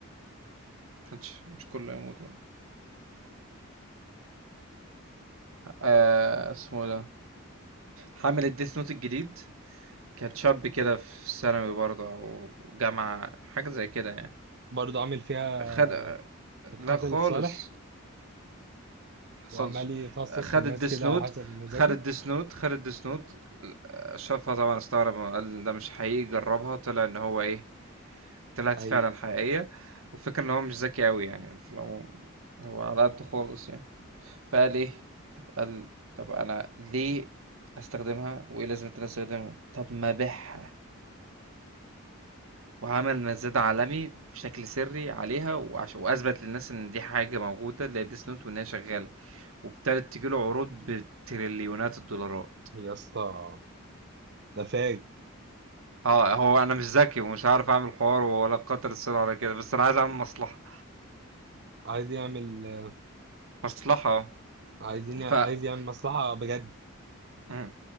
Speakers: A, on the right; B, on the right.
A: مش مش كله يموت لا. آه اسمه ده حامل الديث نوت الجديد كان شاب كده في ثانوي برضه او جامعة حاجة زي كده يعني
B: برضه عامل فيها
A: خد
B: القاتل
A: لا خالص
B: الصالح
A: حصلش
B: وعمال يفصص
A: خد
B: في الناس
A: الديس
B: كده
A: نوت
B: على حسب مزاجه
A: خد الديس نوت خد الديس نوت شافها طبعا استغرب قال إن ده مش حقيقي جربها طلع ان هو ايه طلعت
B: هي
A: فعلا حقيقية وفكر ان هو مش ذكي قوي يعني في العموم هو على قد خالص يعني فقال ايه طب قال طب انا ليه استخدمها وايه لازمة إن انا استخدمها طب ما ابيعها وعمل مزاد عالمي بشكل سري عليها وعش... واثبت للناس ان دي حاجه موجوده اللي هي ديس نوت وان هي شغاله وابتدت تجيله عروض بتريليونات الدولارات
B: يا اسطى ده فاجر
A: اه هو انا مش ذكي ومش عارف اعمل حوار ولا قطر السر ولا كده بس انا عايز اعمل مصلحه
B: عايز يعمل
A: مصلحه
B: عايزين عايز
A: اه.
B: يعمل مصلحة بجد
A: امم